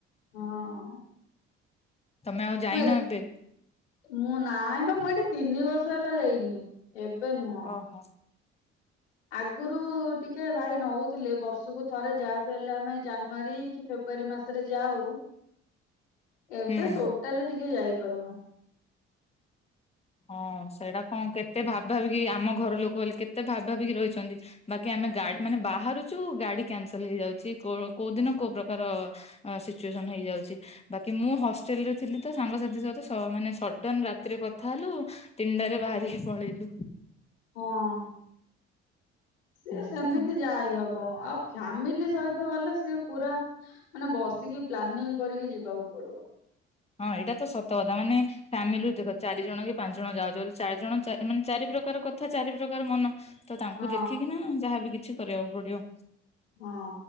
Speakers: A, on the left; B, on the left.
A: ହଁ
B: ତମେ ଆଉ ଯାଇନ
A: ମୁଁ
B: ଏବେ
A: ମୁଁ ନାହିଁ ବା ମୁଁ ଏଠି ତିନି ବର୍ଷ ହେଲା ଯାଇନି ଏବେ ନୁହଁ
B: ଓହୋ
A: ଆଗରୁ ଟିକେ ଭାଇ ନଉଥିଲେ ବର୍ଷକୁ ଥରେ ଯାହାବି ହେଲେ ଆମେ ଜାନୁଆରୀ କି ଫେବୃଆରୀ ମାସରେ ଯାହା ହଉ ଏବେ
B: ହୁଁ।
A: ଟୋଟାଲି ଟିକେ ଯାଇପାରୁନ
B: ହଁ ସେଇଟା କଣ କେତେ ଭାବ ଭାବିକି ଆମ ଘର ଲୋକ ବୋଲି କେତେ ଭାବି ଭାବି କି ରହିଛନ୍ତି। ବାକି ଆମେ ଗାଡି ମାନେ ବାହାରୁଛୁ ଗାଡି କ୍ୟାନସଲ ହେଇଯାଉଛି କୋଉଦିନ କୋଉ ପ୍ରକାର ଅ ସିଚୁଏସନ ହେଇଯାଉଛି। ବାକି ମୁଁ ହଷ୍ଟେଲ ରେ ଥିଲି ତ ସାଙ୍ଗସାଥି ସହିତ ମାନେ ସଡନ ରାତିରେ ଥା ହେଲୁ ତିନଟରେ ବାହାରିକି ପଳେଇଲୁ।
A: ହଁ ସି
B: ଏମିତି
A: ସେମିତି
B: ଆଉ।
A: ଯାଇ ହବ ଆଉ ଫ୍ୟାମିଲି ସହିତ ଗଲେ ସିଏ ପୁରା ମାନେ ବସିକି ପ୍ଲାନିଂ କରିକି ଯିବାକୁ ପଡିବ
B: ହଁ ଏଇଟା ତ ସତ କଥା ମାନେ ଫ୍ୟାମିଲି ଦେଖ ଚାରି ଜଣ କି ପାଞ୍ଚ ଜଣ ଯାଉଛ ବୋଲି ଚାରି ଜଣ ମାନେ ଚାରି ପ୍ରକାର କଥା ଚାରି ପ୍ରକାର ମନ ତ ତାଙ୍କୁ
A: ହଁ
B: ଦେଖିକି ନା ଯାହାବି କିଛି କରିବାକୁ ପଡିବ
A: ହଁ